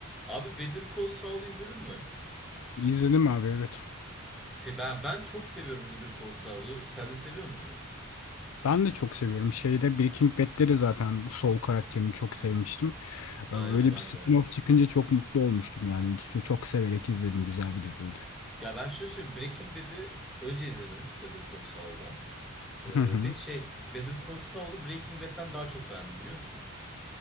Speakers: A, in the centre; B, on the left.
A: Abi Better Call Saul'u izledin mi?
B: İzledim abi evet.
A: Se- ben, ben çok seviyorum Better Call Saul'u. Sen de seviyor musun?
B: Ben de çok seviyorum. Şeyde Breaking Bad'de de zaten Saul karakterini çok sevmiştim.
A: Aynen
B: Ee, Öyle
A: ben
B: bir spin-off
A: de.
B: çıkınca çok mutlu olmuştum yani. Çok, çok severek izledim. Güzel bir diziydi.
A: Ya ben şöyle söyleyeyim. Breaking Bad'i önce izledim Better Call Saul'dan. Ee,
B: Hı hı.
A: ve şey Better Call Saul'u Breaking Bad'den daha çok beğendim biliyor musun?